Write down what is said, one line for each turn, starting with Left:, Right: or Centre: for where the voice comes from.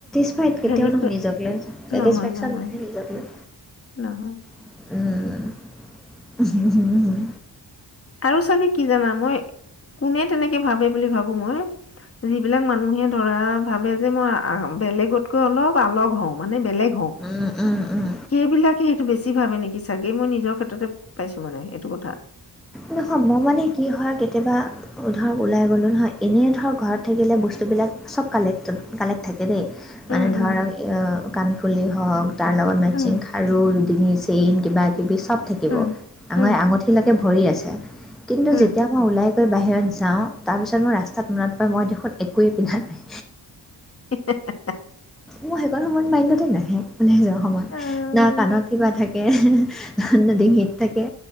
Centre: <unintelligible> কেতিয়াও
Left: হেৰি
Centre: নহয় নিজক লৈ ছেটিচফেকচন
Left: নহয় নহয়
Centre: নাই নিজক লৈ।
Left: নহয়
Centre: উম।
Left: আৰু চাগে কি জানা মই কোনে তেনেকে ভাবে বুলি ভাবো মই যিবিলাক মানুহে ধৰা ভাবে যে মই আ বেলেগতকৈ অলপ আলগ হওঁ মানে বেলেগ হও,
Centre: উম, উম, উম।
Left: সেইবিলাকে সেইটো বেছি বেছি ভাবে নেকি চাগে মই নিজৰ ক্ষেত্ৰতে পাইছো মানে এইটো কথা।
Centre: নহয় মই মানে কি হয় কেতিয়াবা ধৰক ওলাই গ'লোঁ নহয় এনেই ধৰক ঘৰত থাকিলে বস্তুবিলাক চব কালেক্টত কালেক্ট থাকে। কে দেই। মানে
Left: উম
Centre: ধৰক
Left: উম
Centre: কাণফুলি হওক তাৰ লগত মেচিং
Left: উম
Centre: খাৰু ডিঙি চেইন কিবা কিবি চব থাকিব
Left: উম
Centre: আঙৈ
Left: উম
Centre: - আঙুঠিলৈকে ভৰি আছে। কিন্তু
Left: উম
Centre: যেতিয়া মই ওলাই বাহিৰত যাওঁ তাৰপিছত মোৰ ৰাস্তাত মনত পৰে মই দেখোন একোৱেই পিন্ধা নাই।
Left: <unintelligible>
Centre: মই সেই সময়ত মাইণ্ডতে নাহে ওলাই যোৱা সময়ত
Left: আহ,
Centre: না কাণত কিবা থাকে না ডিঙিত থাকে।